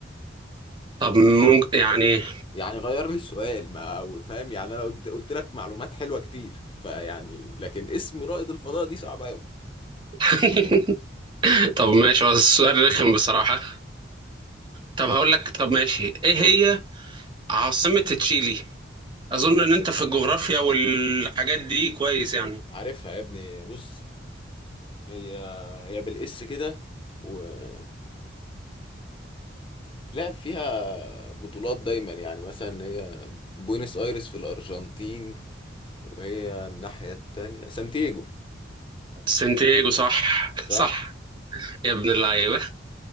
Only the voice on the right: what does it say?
طب ممكن يعني
<laughs> طب ماشي هو السؤال رخم بصراحة طب هقول لك طب ماشي ايه هي عاصمة تشيلي اظن ان انت في الجغرافيا والحاجات دي كويس يعني
سانتياغو صح <laughs>
صح يا ابن اللعيبة